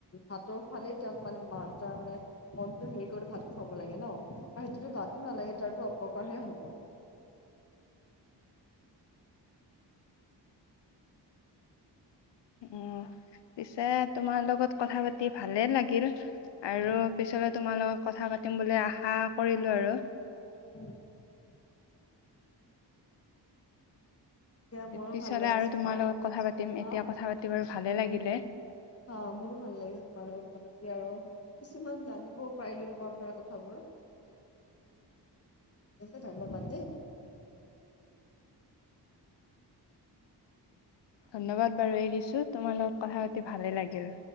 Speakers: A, on the left (about 35°); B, on the left (about 80°).
A: হাতৰ ফালে তেওঁক মানে মা তাৰ মানে মনটো হেৰি কৰি ভাত খোৱাব লাগে ন আৰু সেইটোতো গাতো নালাগে তাৰো অপকাৰহে হ'ব।
B: অ', পিছে তোমাৰ লগত কথা পাতি ভালে লাগিল। আৰু
A: উম
B: ত, পিছলৈ তোমাৰ লগত কথা পাতিম বুলি আশা কৰিলোঁ আৰু।
A: উম এতিয়া মোৰো
B: পিছলে
A: ভাল লাগিছে
B: আৰু তোমাৰ লগত কথা পাতিম
A: অ
B: এতিয়া কথা পাতি বাৰু ভালে লাগিলে।
A: অ', মোৰো ভাল লাগিছে তোমাৰ লগত কথা পাতি আৰু কিছুমান জানিবও পাৰিলোঁ। তোমাৰ পৰা কথাবোৰ। য ধন্যবাদ দেই।
B: ধন্যবাদ বাৰু এই দিছোঁ তোমাৰ লগত কথা পাতি ভালে লাগিল।